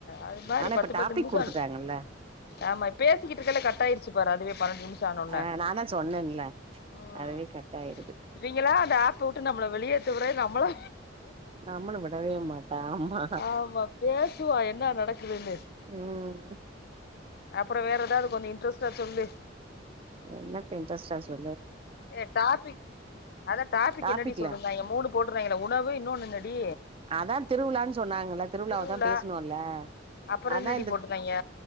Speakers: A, on the left; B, on the right.
A: அது மாரி
B: ஆனா
A: பத்து
B: இப்ப
A: பத்து
B: டாபிக்
A: நிமிச
B: குடுத்துட்டாங்கல்ல
A: ஆமா பே சிக்கிட்ருக்கல கட்டாயிருச்சு பார் அதுவே பன்னண்டு நிமி சானோன
B: ஆ நானா சொன்னேன்ல
A: ம்
B: அதுவே கட் ஆயிருது
A: இவிங்களா அந்த ஆ ப்ப வுட்டு நம்ள வெளியேத்துவர‌ நம்மளா
B: நம்மளு‌ விடவே மாட்ட ஆமா
A: ஆமா பேசுவா என்ன நடக்குதுன்னு
B: ம்
A: அப்ற வேற எதாது கொஞ்ச இன்ட்ரெஸ்ட்டா சொல்லு
B: என்னத்த இன்ட்ரஸ்ட்டா சொ
A: ஏ டாப்பிக் அதா டாப்பிக்
B: டாபிக்ல
A: என்னடி சொல்ருந்தாய்ங்க மூணு போட்ருந்தாய்ங்கல உணவு இன்னோன்னு என்னடி
B: அதா திருவிழான் சொன்னாங்கல திருவிழாவதா
A: திருவிழா
B: பேசுனோல்ல
A: அப்புறோ
B: அதா
A: என்னடி
B: இந்த
A: போட்டிருந்தாய்ங்க